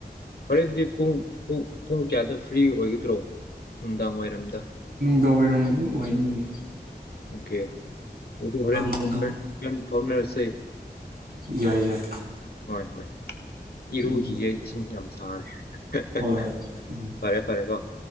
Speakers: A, on the left (about 65°); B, on the right (about 65°).
A: ꯄꯥꯔꯩꯍꯟꯗꯤ ꯄꯨꯡ ꯄꯨꯡ ꯄꯨꯡ ꯀꯌꯥꯗ ꯐ꯭ꯔꯤ ꯑꯣꯏꯒꯗ꯭ꯔꯣ ꯅꯨꯡꯗꯥꯡ ꯋꯥꯏꯔꯝꯗ
B: ꯗꯥꯎ ꯑꯣꯏꯔꯝꯃ ꯑꯗꯨꯝ ꯑꯣꯏꯅꯤꯌꯦ
A: <unintelligible>
B: ꯅꯨꯡꯗꯥꯡ
A: ꯐꯥꯎꯅꯔꯁꯦ ꯫
B: ꯌꯥꯏ- ꯌꯥꯏ꯫
A: ꯍꯣꯏ - ꯍꯣꯏ꯫ ꯏꯔꯨꯈꯤꯒꯦ
B: ꯎꯝ
A: ꯏꯁꯤꯡ ꯌꯥꯝ ꯍꯣꯏ
B: ꯍꯣꯏ
A: ꯫
B: ꯍꯣꯏ ꯎꯝ
A: ꯐꯔꯦ - ꯐꯔꯦ ꯀꯣ